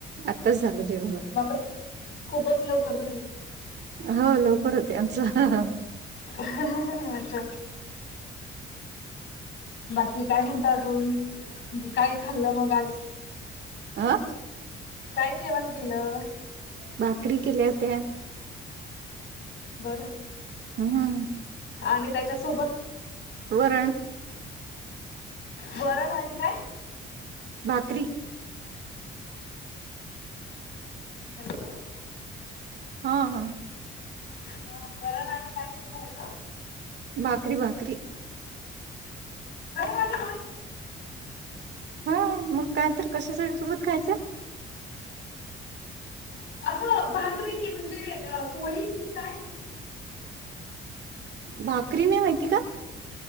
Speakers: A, on the right; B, on the left.
A: आत्ताच झालो जेवण.
B: बापरे खूपच लवकर झालं.
A: हो लवकर होते आमच.
B: रिकामा ऑडिओ बाकी काय म्हणत अजून काय खाल्लं मग आज?
A: आं.
B: काय जेवण केलं?
A: भाकरी केल्या होत्या.
B: बरं.
A: हम् हम.
B: आणि त्याच्यासोबत..
A: वरण.
B: वरण आणि काय?
A: भाकरी.
B: हॅलो.
A: हा हा.
B: हा वरण आनी काय केल होत?
A: भाकरी, भाकरी.
B: वरण आणि भाकरी
A: हा मग काय तर कशासाठी सोबत खायचं.
B: असं भाकरी म्हणजे पोळी कीं काय?
A: भाकरी नाय माहिती का?